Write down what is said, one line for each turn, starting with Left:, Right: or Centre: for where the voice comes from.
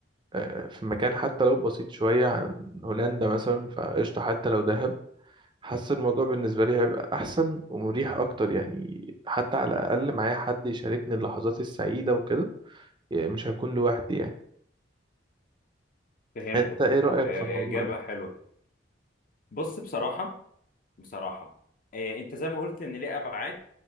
Right: آه، في مكان حتى لو بسيط شوية عن هولندا مثلا فقشطة حتى لو دهب حاسس الموضوع بالنسبة لي هيبقى أحسن ومريح أكتر يعني حتى على الأقل معايا حد يشاركني اللحظات السعيدة وكده يعني مش هكون لوحدي يعني
Left: فهمتك
Right: أنت إيه رأيك
Left: آه،
Right: في الموضوع
Left: اجابه
Right: ده؟
Left: حلوه بص بصراحه بصراحه آه، انت زي ما قلت ان ليه ابعاد